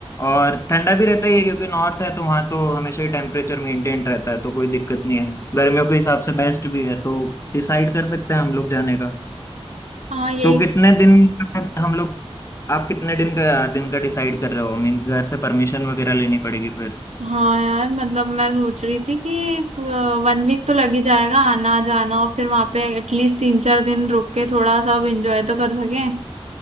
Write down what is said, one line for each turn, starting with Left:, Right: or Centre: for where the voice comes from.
Left: और ठंडा भी रहता ही है क्योंकि नॉर्थ है तो वहाँ तो हमेशा ही टेम्परेचर मेंटेन रहता है तो कोई दिक्कत नहीं है गर्मियों के हिसाब से बेस्ट भी है तो डिसाइड कर सकते हैं हम लोग जाने का
Right: हाँ यही
Left: तो कितने दिन का हम लोग आप कितने दिन का दिन का डिसाइड कर रहे हो मीन्स घर से परमिशन वगैरह लेनी पड़ेगी फिर
Right: हाँ यार मतलब मैं सोच रही थी कि वन वीक तो लग ही जाएगा आना जाना और फिर वहां पे एटलीस्ट तीन चार दिन रुक के थोड़ा सब एंजॉय तो कर सकें